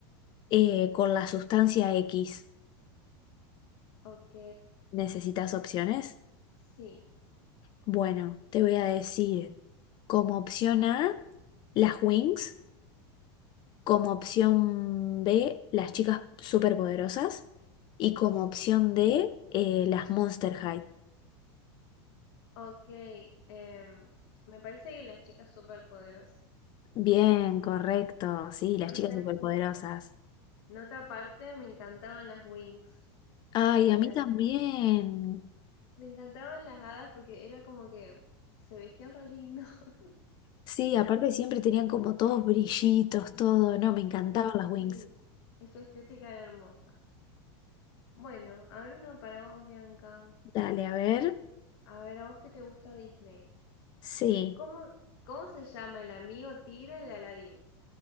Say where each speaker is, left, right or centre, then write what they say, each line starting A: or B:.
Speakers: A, on the left; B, on the left.
A: eh, con la sustancia X?
B: Ok,
A: ¿Necesitas opciones?
B: sí.
A: Bueno, te voy a decir como opción A, las Wings, como opción B, las chicas superpoderosas y como opción D, eh, las Monster High.
B: Ok, em, me parece que las chicas superpoderosas.
A: Bien, correcto, sí, las
B: Ahí
A: chicas
B: sabes
A: superpoderosas.
B: que. Nota aparte, me encantaban las Wings.
A: Ay,
B: en
A: a mí
B: la-
A: también.
B: Me encantaban las hadas porque era como que se vestían re lindo. <laughs>
A: Sí, aparte siempre tenían como todos brillitos, todo, no, me encantaban
B: Ay,
A: las Wings.
B: sí. Esa estética era hermosa. Bueno, a ver uno para vos, Bianca.
A: Dale, a ver.
B: A ver, a vos qué te gusta Disney.
A: Sí.
B: ¿Cómo, cómo se llama el amigo tigre de Aladdin?